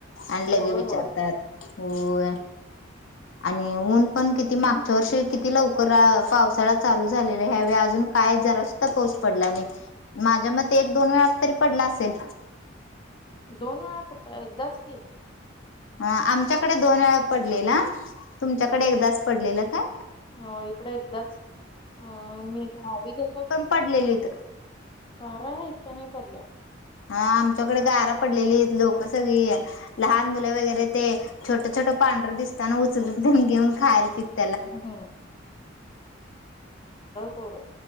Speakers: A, on the left; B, on the left.
A: आणलं
B: होय
A: के विचारतात
B: होय
A: होय. आणि ऊन पण किती मागच्या वर्षी किती लवकर पावसाळा चालू झालेला ह्यावेळी अजून काय जरास पाऊस पडला नाही माझ्या मते एक दोन वेळा तरी पडला असेल.
B: दोन वेळा कुठं एकदाच की
A: अ आमच्याकडे दोन वेळा पडलेला तुमच्याकडे एकदाच पडलेलं काय?
B: हो इकडे एकदाच अ मीवी गेलतो.
A: पडलेले इत
B: घरा इतने पडल्या.
A: हा आमच्याकडे गारं पडलेली आहेत लोक सगळी लहान मुले वगैरे ते छोटं छोटं पांढरं दिसताना उचलून घेऊन खायला त
B: हम्् पर पोर.